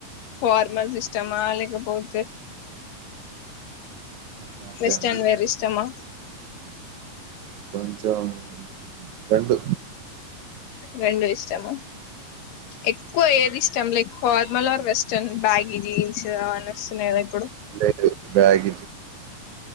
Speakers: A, on the left; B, on the right.
A: ఫార్మల్స్ ఇష్టమా లేకపోతే
B: బ్లాక్
A: వెస్టర్న్
B: అండి
A: వేర్ ఇష్టమా
B: కొంచం రెండు
A: రెండు ఇష్టమ ఎక్కువ ఏది ఇష్టం like formal or western baggy jeans అనిస్తున్నాయి కదా ఇప్పుడు
B: లేదు బ్యాగ్